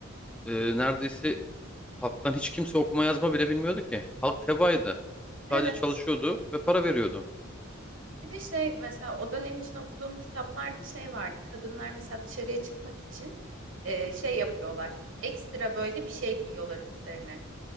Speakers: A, in the centre; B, on the right (about 65°).
A: e, neredeyse Halktan hiç kimse okuma yazma bile bilmiyordu ki. Halk tebaaydı.
B: Evet.
A: Sadece çalışıyordu ve para veriyordu.
B: Bir de şey mesela o dönem için okuduğum kitaplarda şey vardı. Kadınlar mesela dışarıya çıkmak için e, şey yapıyorlar. Ekstra böyle bir şey giyiyorlar üstlerine.